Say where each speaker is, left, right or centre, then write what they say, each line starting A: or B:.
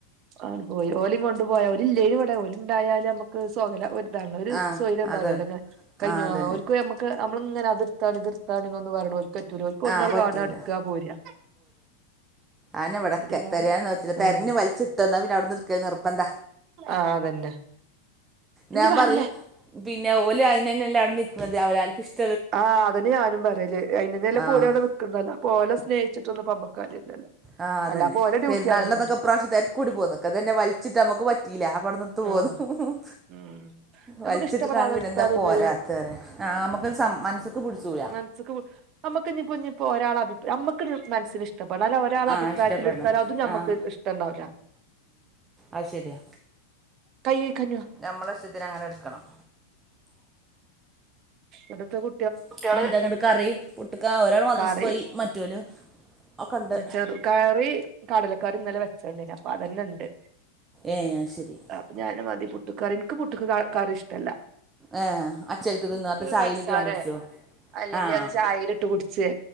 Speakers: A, on the right; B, on the right.
A: ആണ് പോയി ഓലും കൊണ്ടു പോയി ഓല ഇല്ലേുംവിടെ ഓല ഉണ്ടായാലല് നമ്മുക്ക് സ്കലം അ ഒരു
B: ആ
A: സ്വയ് ഉണ്ടാവില്ലല്ലോ
B: അതാണ്
A: ഇങ്ങനെ കഴിഞ്ഞോ
B: ആ അതന്നെ
A: ഓര്ക് വേം നമ്മക്ക് നമ്മളിങ്ങനെ അതിർത്താണ് ഇതിർത്താണ്ണ എന്നൊന്ന് പറണോ ഓ- റ്റുരോക്ക് ഒന്ന്
B: ആ പറ്റൂല
A: കാണ എടുക്കാ പോരാ
B: ആനെവിടക്കെ
A: എന്നിട്ട് ഞങ്ങളാണ്
B: തെരയാൻ നോക്കില്ല
A: ആഹ്
B: തെരഞ്ഞു വലിച്ചിട്ട് എന്നാ പിന്നെ അവിടുന്ന് എടുക്കൽ നിർബന്ധാ
A: ആഹ് അതന്നെ
B: ഞാൻ
A: ഇഞ്ഞ് പാറില്ലേ
B: പറയും പിന്നെ ഓല് അയ്നന്നെല്ലെ അവിടെ നിക്കുന്നത് അവലാക്ക് ഇഷ്ട്ട
A: ആഹ് അതിന് ഞാനും പറയലേ അയിന്ന്നെല്ല
B: ആഹ്
A: ഓല് അവിടെ നൽക്കുന്നതല്ലോ ഓലെ സ്നേഹിച്ചിട്ടൊന്നും നമ്മക്ക് കാര്യല്ലല്ലോ
B: ആഹ് അതന്നെ
A: അല്ലാപ്പൊ ഓലെ ഡ്യൂട്ടി
B: പെരുന്നാളിന്നൊക്കെ
A: അതന്നെല്ലേ
B: ഉപ്രാവശ്യ തിരക്കൂടി പോകു നിക്ക അതന്നെ വലിച്ചിട്ട്മുക്ക് പറ്റിയില്ല അവിടന്ന ത്ത പോന്നു
A: ആഹ്
B: ഉ
A: ഉം നമ്മക്ക്
B: വലിച്ചിട്ട്
A: ഇഷ്ടപ്പെടാതെ
B: കാണ പിന്ന
A: ഇട്ത്താ
B: എന്താ
A: പിന്നൊരു
B: പോരാത്തരെപറയ നമുക്കൊരു മനസ്സൊക്ക് പിടിച്ചൂല
A: മനസ്സക്ക് നമ്മുക്ക ഞ്ഞിഇപ്പോ ഇപ്പോ ഒരാൾ അഭി നമ്മക്ക് ഒരു മനസിന് ഇഷ്ടപ്പെടാല ഒരാൾ
B: ആഹ്
A: അഭിപ്രായത്തിൽ
B: ഇഷ്ടപ്പെടണം
A: എടുത്താലും അതും നമ്മക്ക്
B: ആഹ്
A: ഇഷ്ടണ്ടാവൂല
B: അത്‌ ശരിയ
A: കൈയ്യയ്ക്കഞ്ഞു
B: ഞമ്മളെ ഇഷ്ടത്തിനങ്ങനെ എടുക്കണം
A: ഇവടത്തെ കു
B: കുട്ട്യാള് ന്തന്നട്ട് കറി പുട്ട്ക്ക ഒരാൾ മദ്രസക്ക്
A: കറി
B: കൊയി മറ്റൊല് ഒക്കണ്ട്
A: ചെറു കറി കടലക്കറി ഇന്നലെ വെച്ചോണ്ട് അപ്പൊ അതന്നെ ഉണ്ട്
B: ഏ ശരി
A: അപ്പൊ ഞാനും മതി പുട്ട്കറി ഇൻക് പുട്ട്ക്കറി ഇഷ്ടല്ല
B: ആഹ് അചെൽക്ക്‌
A: എനിക്ക്
B: തിന്നോ അതോ ചായിലിട്ട്
A: പൻസാരെ
B: കുടിച്ചോ
A: അല്ലെങ്കിൽ
B: ആഹ്
A: അത് ചായൽ ഇട്ട് കുടിച്ചേ